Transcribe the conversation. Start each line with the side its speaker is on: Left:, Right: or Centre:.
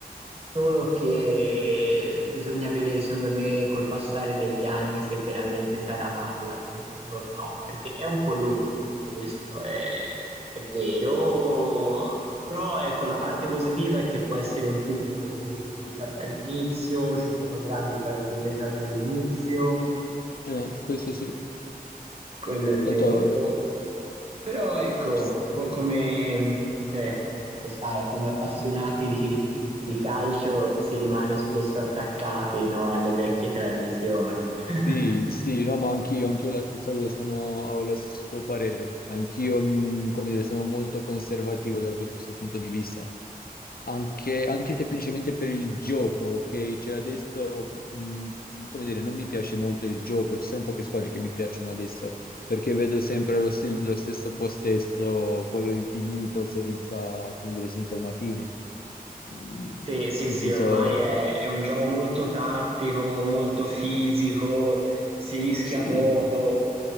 Right: solo che bisogna vedere secondo me col passare degli anni se veramente sarà amato dal pubblico o no, perché è un po' lungo, questo è, è vero, però ecco la parte positiva è che può essere un tutti contro tutti già dall'inizio, ci sono grandi partite già dall'inizio
Left: Eh, questo sì,
Right: quello è vero.
Left: tanto eh,
Right: Però ecco,
Left: ps-
Right: co- come, cioè, lo sai, come appassionati di, di calcio si rimane spesso attaccati, no, alle vecchie tradizioni. <laughs>
Left: sì, sì, no, ma anch'io, anch'io la stessa cosa, sono, ho lo stesso tuo parere, anch'io, mm, come dire, sono molto conservativo da questo punto di vista. anche, anche semplicemente per il gioco, ok? Cioè adesso, mh, come dire, non mi piace molto il gioco, ci sono poche squadre che mi piacciono adesso, perché vedo sempre lo, st- lo stesso possesso, quello infinito, senza, come dire, senza una fine. Mm,
Right: Sì, sì,
Left: Nel
Right: sì,
Left: senso,
Right: ormai è, è un gioco molto tattico, molto fisico, si rischia
Left: sì,
Right: poco.